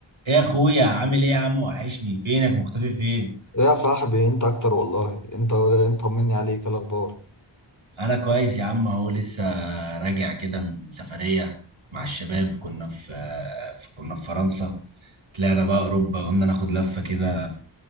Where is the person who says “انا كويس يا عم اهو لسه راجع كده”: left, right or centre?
Right